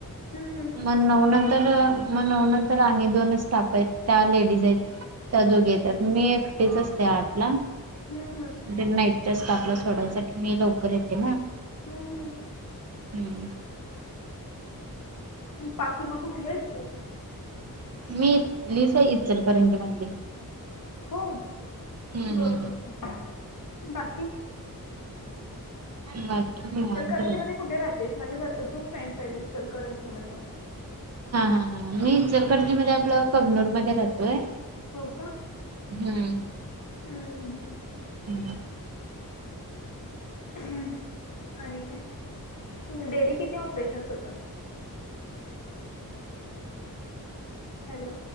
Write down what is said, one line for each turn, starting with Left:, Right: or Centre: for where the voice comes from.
Left: हम् हम!
Right: मग नऊ नंतर मग नऊ नंतर आणि दोनच स्टाप आहेत. त्या लेडीज आहेत. त्या दोघी येतात, मी एकटेच असते आठला.
Left: हम, हम!
Right: म्हणजे नाईटच्या स्टापला सोडायसाठी मी लवकर येते ना!
Left: हम, हम!
Right: हम्म!
Left: बाकी मग कुठलीयेस तू?
Right: मी इथलीच आहे इचलकरंजी मधली.
Left: हो!
Right: हम्म
Left: बर,
Right: हम्
Left: बाकी
Right: बाकी निवांत.
Left: इचलकरंजी
Right: बघा.
Left: मध्ये कुठे राहतेस? माझे भरपूर फ्रेंड्स आहेत इचलकरंजी मध्ये.
Right: हा हा हां! मी इचलकरंजी मध्ये आपलं कबनूर मध्ये राहतोय.
Left: हो का,
Right: हम्म.
Left: हम्म हम्म!
Right: हम्म.
Left: आणि काय डेली किती ऑपरेशन्स होतात? हॅलो!